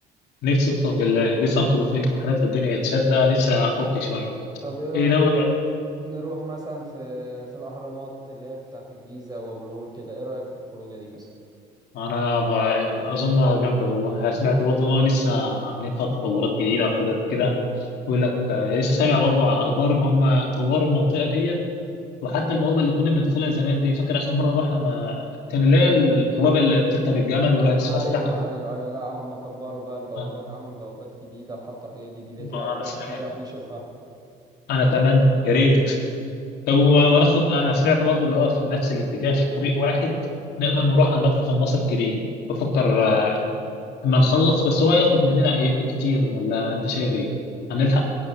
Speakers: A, on the left; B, on the right.
A: نفسي اقسم بالله لسه مخلصين امتحانات والدنيا اتشدة نفسي افك شويه
B: طب ايه رأيك
A: ايه ناوي
B: نر- نروح مثلا في في الاهرامات اللي هي بتاعه الجيزة وابو الهول كده ايه رأيك في الخروجة دي مثلا
A: انا ب... اظنها جامده والله سمعت برضه ان هو لسه عاملين فيها تطورات جديده وحاجات كده بيقول لك آه، لسه سامع برضه على الاخبار ان هم طوروا المنطقه ديت وحتى البوابه اللي كنا بندخلها زمان دي فاكر اخر مره رحنا ما كان
B: ع-
A: اللي هي البوابه اللي بتركب الجمل وهتفسحك
B: ايوه ايوه ايوه لا هم كبروا بقى البوابات
A: آه.
B: عملوا بوابات جديدة وحطوا حاجات جديدة كده
A: آه
B: ايه رأيك
A: انا سمعت
B: نروح نشوفها
A: انا اتمنى يا ريت طب و- وناخد انا سمعت برضه اللي هو في نفس الاتجاه في طريق واحد نقدر نروح على المتحف المصري الكبير بفكر آه، لما نخلص بس هو ياخد مننا أي- كتير ولا انت شايف ايه؟ هنلحق